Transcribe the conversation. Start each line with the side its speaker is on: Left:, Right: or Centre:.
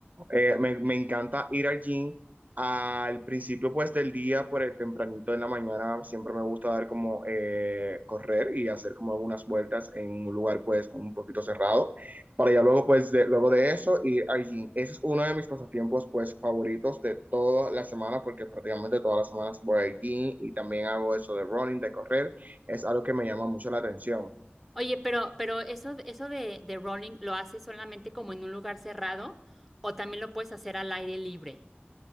Right: eh, me, me encanta ir al gym al principio pues del día, por el tempranito en la mañana, siempre me gusta dar como eh, correr y hacer como algunas vueltas en un lugar pues un poquito cerrado, para ya luego pues de, luego de eso ir al gym. Ese es uno de mis pasatiempos pues favoritos de toda la semana porque prácticamente todas las semanas voy al gym y también hago eso de running, de correr, es algo que me llama mucho la atención.
Centre: Oye, pero, pero eso, eso de, de rolling, ¿lo haces solamente como en un lugar cerrado o también lo puedes hacer al aire libre?